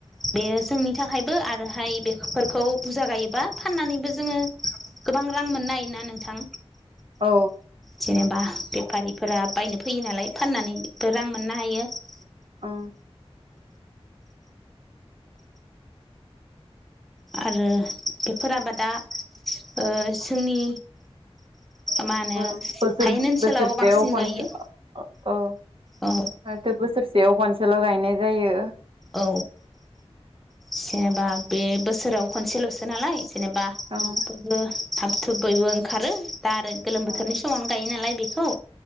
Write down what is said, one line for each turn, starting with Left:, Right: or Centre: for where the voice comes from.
Centre: बेयो जोंनि थाखायबो आरोहाय बेफोरखौ बुरजा गाय बा फाननानैबो जोङो गोबां रां मोननो होना नोंथां?
Right: औ।
Centre: जेनेबा बेफारिफोरा बायनो फैयो नालाय फाननानैबो रां मोननो हायो ।
Right: अ।
Centre: आरो बेफोर आबादा ओ जोंनि मा होनो
Right: ओ बोसोर
Centre: हायेन ओनसोलाव
Right: बोसोरसे
Centre: बांसिन
Right: आव ख'नसे
Centre: गायो
Right: ओ ओ
Centre: औ
Right: माथो बोसोरसेयाव खनसेल' गायनाय जायो ।
Centre: औ जेनेबा बे बोसोराव खनसेल'सो नालाय जेनेबा बयबो
Right: ओं
Centre: थाब थुब बयबो ओंखारो दा आरो गोलोम
Right: ओं
Centre: बोथोरनि समावनो गायो नालाय बे औ